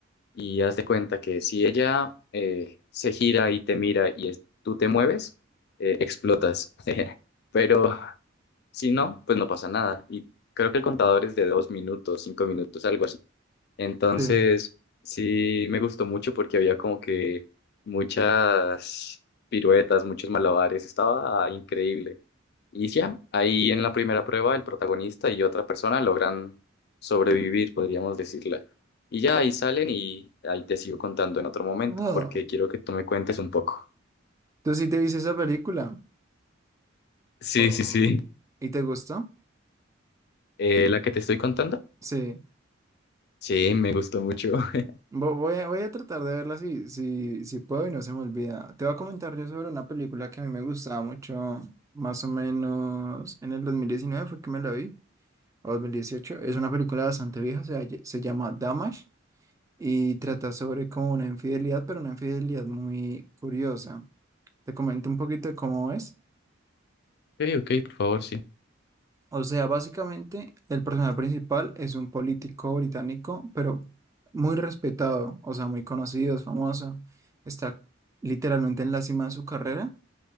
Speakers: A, on the left; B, on the right.
A: y haz de cuenta que si ella eh, se gira y te mira y es- tú te mueves, eh, explotas. <laughs> Pero si no, pues no pasa nada. Y creo que el contador es de dos minutos, cinco minutos, algo así. Entonces,
B: Sí.
A: sí me gustó mucho porque había como que muchas piruetas, muchos malabares, estaba increíble. Y ya, ahí en la primera prueba el protagonista y otra persona logran sobrevivir, podríamos decirla. Y ya ahí salen y ahí te sigo contando en otro momento
B: Wow.
A: porque quiero que tú me cuentes un poco.
B: ¿Tú sí te viste esa película?
A: Sí,
B: Oh,
A: sí, sí.
B: ¿Y te gustó?
A: Eh, ¿la que te estoy contando?
B: Sí.
A: Sí, me gustó mucho. <laughs>
B: Vo- Voy a, voy a tratar de verla si, si, si puedo y no se me olvida. Te voy a comentar yo sobre una película que a mí me gustaba mucho, más o menos en el 2019 fue que me la vi, o dos mil dieciocho Es una película bastante vieja, se, halla- se llama Damage y trata sobre como una infidelidad, pero una infidelidad muy curiosa. Te comento un poquito de cómo es.
A: Ok, ok, por favor, sí.
B: O sea, básicamente el personaje principal es un político británico, pero muy respetado, o sea, muy conocido, es famoso. Está literalmente en la cima de su carrera.